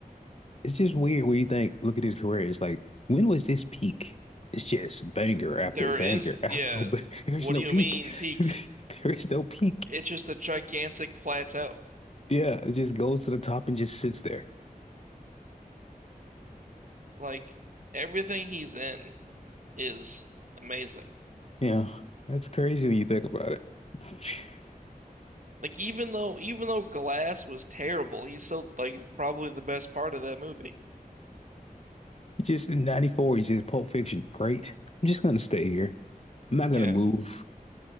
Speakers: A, on the left; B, on the right.
A: It's just weird when you think, look at his career. It's like, when was this peak? It's just banger after
B: There
A: banger
B: is,
A: after
B: yeah.
A: ba- <laughs> There
B: What
A: is no
B: do you
A: peak.
B: mean
A: <laughs>
B: peak?
A: There is no peak.
B: It's just a gigantic plateau.
A: Yeah, it just goes to the top and just sits there.
B: Like everything he's in is amazing.
A: Yeah. That's crazy when you think about it. <laughs>
B: Like even though even though Glass was terrible, he's still like probably the best part of that movie.
A: He just in 94, he's just Pulp Fiction. Great. I'm just gonna stay here. I'm not
B: Yeah.
A: gonna move.